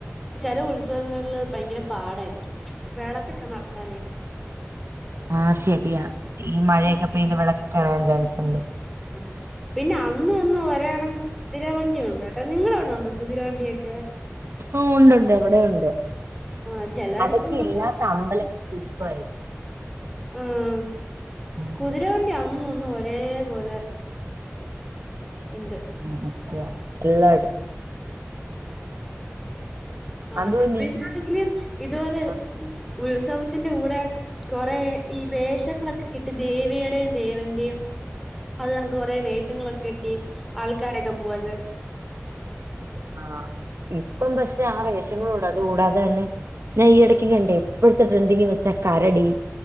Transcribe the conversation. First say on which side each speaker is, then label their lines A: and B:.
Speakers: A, in the centre; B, on the right.
A: ചില ഉത്സവങ്ങളില് ഭയങ്കര പാടായിരിക്കും വിളക്കൊക്കെ നടത്താനേ
B: ആഹ് ശരിയാ ഈ മഴയൊക്കെ പെയ്ത് വിളക്കൊക്കെ അണയാൻ ചാൻസ്ണ്ട്
A: ആ പിന്നെ അന്നും ഇന്നും ഒരെ കണക്ക് കുതിര വണ്ടിയുണ്ടോ കേട്ടാ നിങ്ങളവിടെ ഉണ്ടോ കുതിര വണ്ടിയൊക്കെ
B: ഓ ഉണ്ട്ണ്ട് ഇവിടെ ഉണ്ട്
A: ആഹ് ചെലയിടത്തൊന്നും
B: അതൊക്കെ ഇല്ലാത്ത അമ്പലം ചുരുക്കമായി
A: ആഹ്
B: ഉം
A: കുതിര വണ്ടിയ അന്നുമിന്നും ഒരേ പോലെ ഉണ്ട്
B: ആ സത്യാ എല്ലായിടത്തും
A: ആഹ്
B: അതുമല്ല
A: പിന്നൊണെങ്കില്
B: ഈ
A: ഇതുപോലെ
B: ആ
A: ഉത്സവത്തിന്റെ കൂടെ കൊറേ ഈ വേഷങ്ങളൊക്കെ കെട്ടി ദേവിയുടെയും ദേവന്റെയും അത് കണക്ക് കൊറെ വേഷങ്ങളൊക്കെ കെട്ടി ആൾക്കാരൊക്കെ പോവല്ലേ
B: ആഹ് ഇപ്പം പക്ഷെ ആ വേഷങ്ങളൂണ്ട് അത് കൂടാതെ തന്നെ ഞ ഈ ഇടക്ക് കണ്ടേ ഇപ്പോഴത്തെ ട്രെൻ്റിങ്ങ്ന്ന് വെച്ചാ കരടി